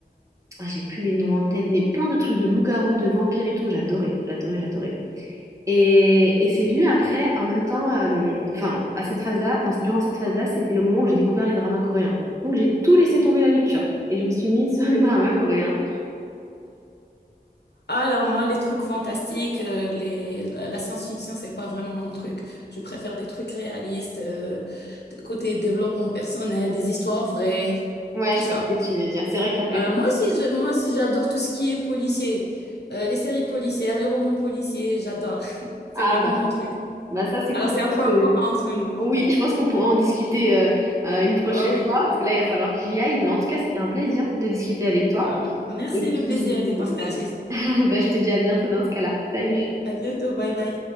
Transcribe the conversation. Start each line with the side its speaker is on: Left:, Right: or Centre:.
Right: Ah, j'ai plus les noms en tête, mais plein de trucs de loups-garous, de vampires et tout, j'adorais, j'adorais, j'adorais. Et, et c'est venu après, en même temps, euh, enfin, à cette phase-là, dans- durant cette phase-là, c'était le moment où j'ai découvert les dramas coréens. Donc j'ai tout laissé tomber la lecture et je me suis mise <laughs> sur les dramas coréens.
Left: Alors moi, les trucs fantastiques, euh, les, la, la science-fiction, c'est pas vraiment mon truc. Je préfère des trucs réalistes, euh, de- côté développement personnel, des histoires vraies,
Right: Ouais,
Left: tout
Right: je
Left: ça.
Right: vois ce que tu veux dire. C'est vrai que ça peut
Left: Euh,
Right: être...
Left: moi aussi, je- moi aussi, j'adore tout ce qui est policier, Euh, les séries policières, les romans policiers, j'adore. <laughs> C'est
Right: Ah
Left: vraiment
Right: bah,
Left: mon truc.
Right: bah ça c'est
Left: Alors
Right: cool.
Left: c'est
Right: Je pense
Left: un point
Right: que...
Left: commun entre nous.
Right: Oui, je pense qu'on pourra en discuter euh, euh, une prochaine
Left: Ah oui.
Right: fois, parce que là, il va falloir que j'y aille. Mais en tout cas, c'était un plaisir de discuter avec toi.
Left: Euh, merci,
Right: Et puis,
Left: le plaisir était partagé.
Right: <laughs> bah, je te dis à bientôt dans ce cas-là. Salut.
Left: À bientôt, bye bye.